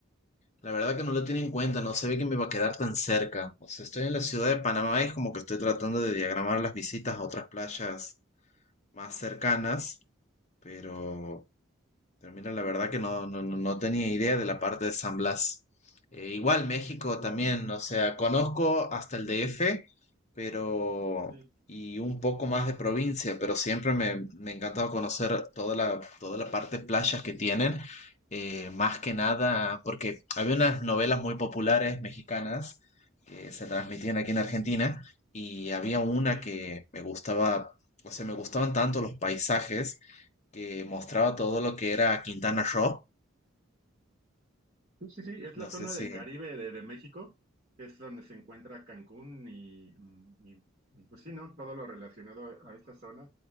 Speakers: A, on the left; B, on the right.
A: la verdad que no lo tiene en cuenta, no se ve que me va a quedar tan cerca. O sea, estoy en la ciudad de Panamá y es como que estoy tratando de diagramar las visitas a otras playas más cercanas, pero pero mira, la verdad que no, no, no no tenía idea de la parte de San Blas. Eh, igual México también, o sea, conozco hasta el DF, pero
B: Sí,
A: y un poco más de provincia, pero siempre me, me ha encantado conocer toda la, toda la parte de playas que tienen, eh, más que nada, porque había unas novelas muy populares mexicanas que se transmitían aquí en Argentina, y había una
B: sí.
A: que me gustaba, o sea, me gustaban tanto los paisajes que mostraba todo lo que era Quintana Roo.
B: Sí, sí, sí, es la
A: No
B: zona
A: sé
B: del
A: si,
B: Caribe de, de México, que es donde se encuentra Cancún y, mm, y, y, pues sí, ¿no? Todo lo relacionado a esta zona.